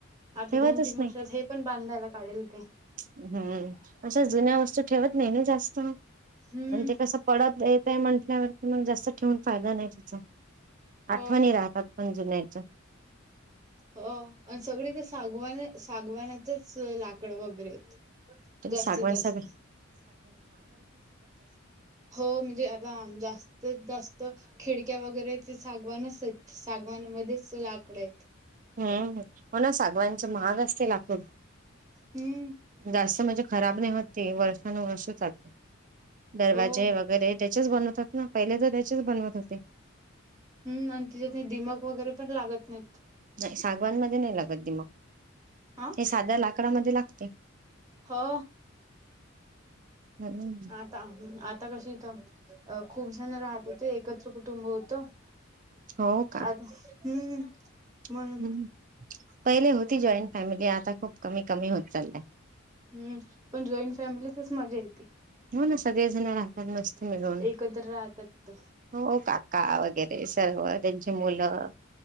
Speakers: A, on the right; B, on the right.
A: आता
B: ठेवतच
A: दोन तीन वर्षात
B: नाही.
A: हे पण बांधायला काढेल ते.
B: हम्म अशा जुन्या वस्तू ठेवत नाही ना जास्त. म्हणजे
A: हम्म.
B: कस पडत येत य म्हटल्यावरती मग जास्त ठेवून फायदा नाही त्याचा, आठवणी
A: हो
B: राहतात पण जुन्या. च
A: हो आणि सगळी तर सागवान सागवानाचंच लाकड वगैरे आहेत. जास्तीत
B: सागवान
A: जास्त
B: साग
A: हो म्हणजे आता जास्तीत जास्त तर खिडक्या वगैरे ते सागवानच आहेत सागवान मध्येच लाकडं आहेत.
B: हम्म हो ना सागवानच महाग असते लाकूड.
A: हम्म
B: जास्त म्हणजे खराब नाही होत ते वर्षानुवर्ष चालतं, दरवाजे
A: हो.
B: वगैरे त्याच्याच बनवतात ना पहिले तर त्याचेच बनवत होते
A: हम्म आणि तिच्यात नी दिमक वगैरे पण लागत नाहीत.
B: सागवन मध्ये नाही लागत दिमक.
A: हा
B: ते साध्या लाकडामध्ये लागते.
A: हो
B: हम्म,
A: आता आता कशी इथं अ खूप जण राहत होते, एकत्र कुटुंब होतं
B: हो का?
A: हा हम्म मंग
B: हम्म. पहिले होती जॉईंट फॅमिली आता खूप कमी कमी होत चाललंय.
A: हम्म पण जॉईंट फॅमिलीतच मजा येते.
B: हो ना सगळेजण राहतात मस्त मिळून
A: एकत्र राहतात
B: हो काका वगैरे सर्व त्यांची मुलं